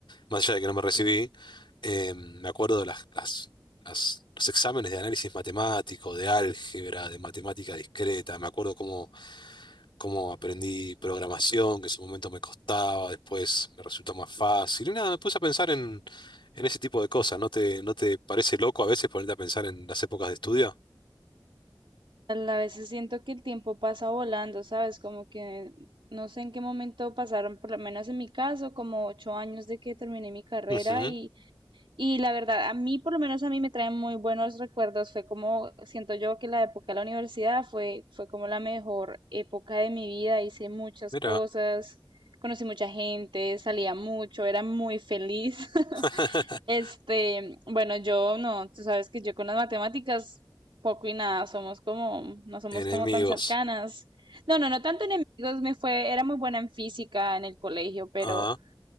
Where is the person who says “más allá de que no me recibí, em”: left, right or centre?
Left